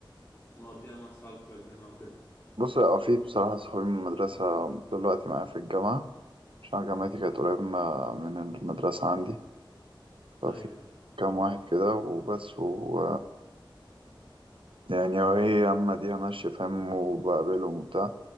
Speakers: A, on the left; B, on the right.
A: مقضيها مع أصحابك بقى الجامعة وكده
B: بص هو في بصراحه صحابي من المدرسه دلوقتي معايا في الجامعه عشان جامعتي كانت قريبه ما- من المدرسه عندي ففي
A: أيوه أيوه
B: كام واحد كده وبس و يعني وهي اما ديها ماشيه فاهم وبقابلهم وبتاع